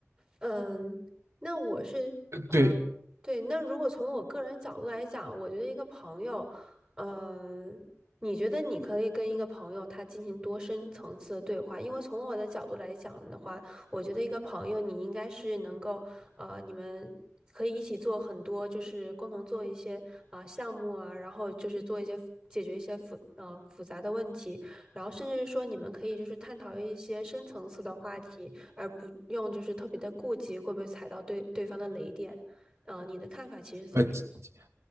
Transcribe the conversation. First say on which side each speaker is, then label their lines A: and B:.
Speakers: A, on the right; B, on the right.
A: 嗯，那我是呃，
B: 呃对，
A: 对，那如果从我个人角度来讲，我觉得一个朋友。嗯，你觉得你可以跟一个朋友他进行多深层次的对话？因为从我的角度来讲的话，我觉得一个朋友你应该是能够，呃，你们可以一起做很多，就是共同做一些啊、呃项目啊，然后就是做一些解决一些复呃复杂的问题，然后甚至是说你们可以就是探讨一些深层次的话题，而不用就是特别的顾忌会不会踩到对对方的雷点。呃，你的看法其实怎么样？
B: 呃